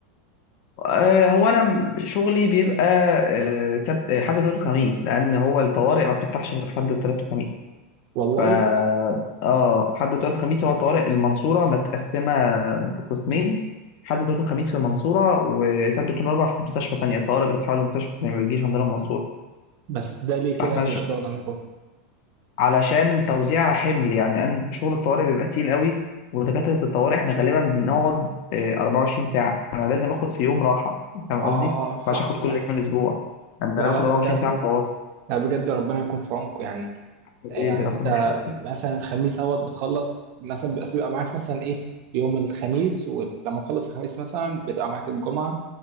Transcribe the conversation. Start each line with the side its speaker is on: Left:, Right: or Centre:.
Left: آه، هو أنا م- شغلي بيبقى آه، سبت آه، حد وتلات وخميس لأن هو الطوارئ ما بتفتحش غير حد وتلات وخميس
Right: والله
Left: ف
Right: بس
Left: اه حد وتلات وخميس هو طوارئ المنصورة متقسمة قسمين حد وتلات وخميس في المنصورة وسبت واتنين وأربع في مستشفى تانية الطوارئ بتتحول لمستشفى تانية ما بتجيش عندنا المنصورة
Right: بس ده ليه
Left: فاحنا
Right: كده في الشغل عندكم
Left: علشان توزيع حمل يعني أن- شغل الطوارئ بيبقى تقيل قوي ودكاترة الطوارئ احنا غالبا بنقعد آه، 24 ساعة أنا لازم آخد في يوم راحة فاهم
Right: اه
Left: قصدي؟
Right: اه صح
Left: مش آخد كل
Right: صح
Left: يوم الأسبوع أنا
Right: لا
Left: أنا باخد
Right: لا بجد
Left: 24 ساعة متواصل
Right: لا بجد ربنا يكون في عونكم يعني
Left: حبيبي
Right: آه، يعني
Left: ربنا
Right: انت
Left: يخليك
Right: مثلا الخميس اهوت بتخلص مثلا بس بيبقى معاك مثلا ايه يوم الخميس ولما تخلص الخميس مثلا بتبقى معاك الجمعه